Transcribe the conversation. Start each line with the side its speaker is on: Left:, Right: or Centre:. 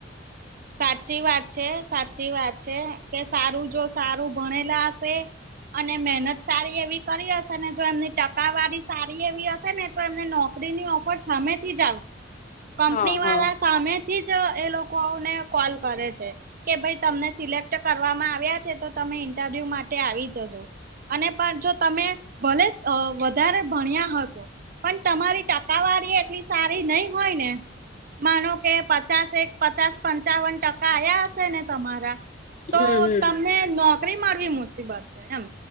Right: સાચી વાત છે સાચી વાત છે કે સારું જો સારું ભણેલા હશે અને મહેનત સારી એવી કરી હશે ને જો એમની ટકાવારી સારી એવી હશે ને તો એમને નોકરીની ઓફર સામેથી જ આવશે કંપની
Left: હા
Right: વારા
Left: હા
Right: સામેથી જ એ લોકોને કોલ કરે છે કે ભઈ તમને સિલેક્ટ કરવામાં આવ્યા છે તો તમે ઇન્ટરવ્યુ માટે આવી જજો અને પણ જો તમે ભલે અ વધારે ભણ્યા હશે પણ તમારી ટકાવારી એટલી સારી નઈ હોય ને માનો કે પચાસ એક પચાસ પન ચાવન ટકા આયા હશે ને તમારા તો
Left: હમ હમ
Right: તમને નો કરી માં બી મુસીબત છે એમ